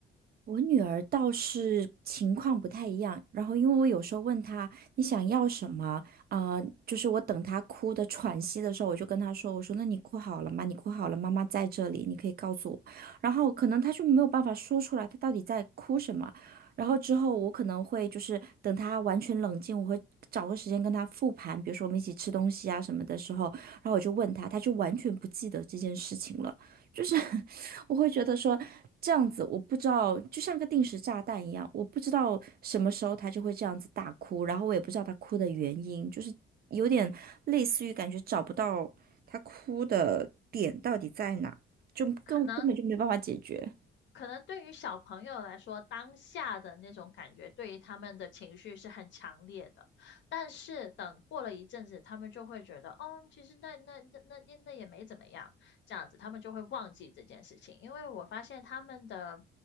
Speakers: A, on the right; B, on the left.
A: 我女儿倒是情况不太一样，然后因为我有时候问她你想要什么，呃，就是我等她哭的喘息的时候，我就跟她说，我说那你哭好了吗？你哭好了，妈妈在这里，你可以告诉我。然后可能她就没有办法说出来，她到底在哭什么。然后之后我可能会就是等她完全冷静，我会找个时间跟她复盘，比如说我们一起吃东西啊什么的时候，然后我就问她，她就完全不记得这件事情了。就是 <laughs> 我会觉得说这样子，我不知道，就像个定时炸弹一样，我不知道什么时候他就会这样子大哭，然后我也不知道他哭的原因，就是有点类似于感觉找不到他哭的点到底在哪，就根根本就没办法解决。
B: 可能可能对于小朋友来说，当下的那种感觉对于他们的情绪是很强烈的，但是等过了一阵子，他们就会觉得，哦，其实那那那那那那也没怎么样，这样子他们就会忘记这件事情。因为我发现他们的